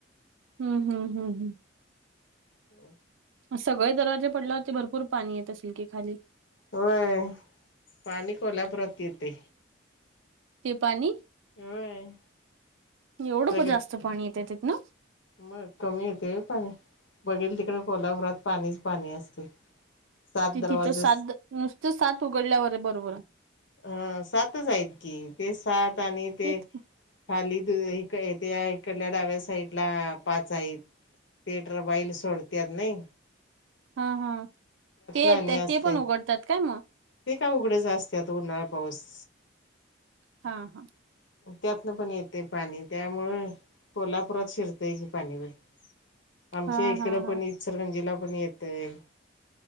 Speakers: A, on the right (about 80°); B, on the left (about 70°).
A: हम्म हम् हम् हम्.
B: हो.
A: मग सगळं दरवाजे पडल्यावरती भरपूर पाणी येत असेल की खाली.
B: व्हय, पाणी कोल्हापुरात येते.
A: हे पाणी,
B: होय.
A: एवढं
B: सगळे
A: प जास्त पाणी येते तिथन?
B: मग कमी येते व्हय पाणी, बघेल तिकडं कोल्हापुरात पाणीच- पाणी असते. सात
A: ती
B: दरवाजे
A: तिथं साद नुसत सात उघडल्यावर हे बरोबर.
B: अं सातच आहेत की, ते सात आणि ते
A: तेच की.
B: खाली दे इक त्या इकडल्या डाव्या साईटला पाच आहेत. ते ट्रबाई ले सोडत्यात नय.
A: हं-हं, ते येत्यात
B: आणि असते
A: ते पण उघडतात काय मग?
B: ते काय उघडेच असत्यात, उन्हाळा- पाऊस.
A: हा-हा.
B: त्यातनं पण येते पाणी त्यामुळे कोल्हापुरात शिरतेय हे पाणी लय. आमच्या
A: हा
B: इकडं
A: हा हा
B: पण इत-सलंगीला पण येतय.